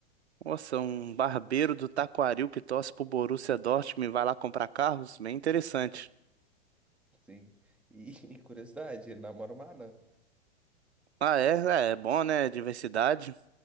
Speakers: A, on the right; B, in the centre.
A: Nossa, um barbeiro do Taquaril que torce pro Borussia Dortmund e vai lá comprar carros? Bem interessante.
B: Sim. E, <laughs> e curiosidade, ele namora uma anã.
A: Ah, é? É, é bom, né? Diversidade.